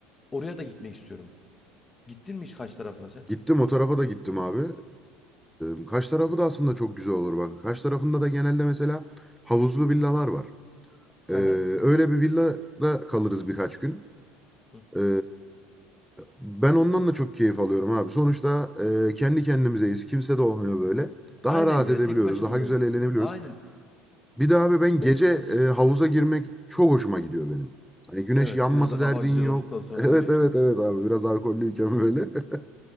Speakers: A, on the left; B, in the centre.
A: Oraya da gitmek istiyorum. Gittin mi hiç Kaş tarafına sen?
B: Gittim o tarafa da gittim abi. Ee, Kaş tarafı da aslında çok güzel olur bak. Kaş tarafında da genelde mesela havuzlu villalar var.
A: Hı
B: Ee,
A: hı.
B: öyle bir villada kalırız birkaç gün.
A: Hı hı.
B: Ee, ben ondan da çok keyif alıyorum abi. Sonuçta e, kendi kendimizeyiz. Kimse de olmuyor böyle.
A: Aynen
B: Daha rahat
A: ya.
B: edebiliyoruz.
A: Tek başımızayız.
B: Daha güzel eğlenebiliyoruz.
A: Aynen.
B: Bir de abi ben
A: Mes
B: gece e, havuza girmek çok hoşuma gidiyor benim. Hani güneş
A: Evet,
B: yanması
A: biraz da kafa
B: derdin
A: güzel
B: yok.
A: olduktan
B: <laughs>
A: sonra
B: Evet
A: diyor.
B: evet evet abi biraz alkollüyken böyle. <laughs>